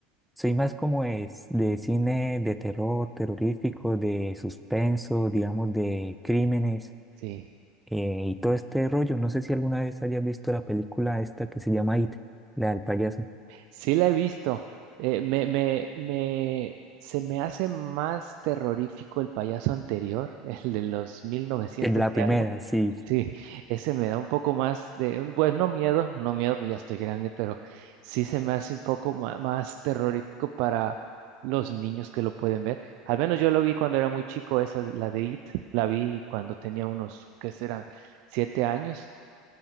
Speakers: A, in the centre; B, on the right (about 65°).
A: soy más como es de cine de terror, terrorífico, de suspenso, digamos, de crímenes
B: Sí.
A: eh, y todo este rollo. No sé si alguna vez hayas visto la película esta que se llama It, la del payaso.
B: Sí la he visto. Eh, me, me, me, se me hace más terrorífico el payaso anterior, <laughs> el de los mil novecientos
A: Eh, La
B: y
A: primera,
B: algo.
A: sí,
B: Sí, ese me da un poco más de, bueno, no miedo, no miedo, ya estoy grande, pero sí se me hace un poco ma- más, terrorífico para los niños que lo pueden ver. Al menos yo lo vi cuando era muy chico, esa, de- la de It, la vi cuando tenía unos, ¿qué serán? Siete años,